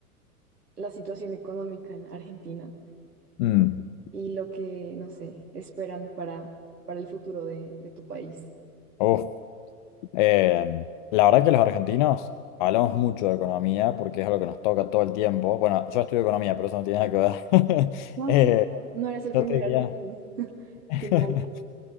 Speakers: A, on the right; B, on the left.
A: la situación económica en Argentina
B: Mm,
A: y lo que, no sé, esperan para, para el futuro de, de tu país.
B: uf, eh, la verdad que los argentinos hablamos mucho de economía porque es algo que nos toca todo el tiempo. Bueno, yo estudio economía, pero eso no tiene nada que ver. <laughs>
A: No,
B: Eh,
A: sí. No no eres el
B: yo
A: primer
B: te diría...
A: argentino <laughs>
B: <laughs>
A: que me habla